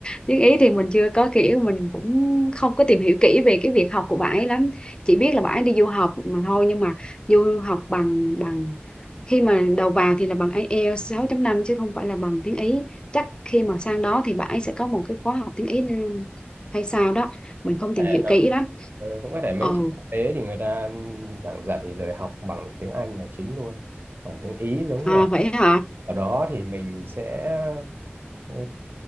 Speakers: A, on the left; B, on the right.
A: tiếng Ý thì mình chưa có kiểu mình cũng không có tìm hiểu kỹ về cái việc học của bạn ấy lắm chỉ biết là bạn ấy đi du học mà thôi nhưng mà du học bằng bằng khi mà đầu vào thì là bằng IELTS 6.5 chứ không phải là bằng tiếng Ý chắc khi mà sang đó thì bạn ấy sẽ có một cái khóa học tiếng Ý nữa hay sao đó mình không
B: có
A: tìm
B: thể
A: hiểu
B: là-
A: kỹ lắm
B: ừ, cũng có thể mấy
A: ồ
B: trường quốc tế thì người ta giảng dạy rồi học bằng tiếng Anh là chính luôn còn tiếng Ý giống
A: à
B: là
A: vậy hả
B: ở đó thì mình sẽ ừ,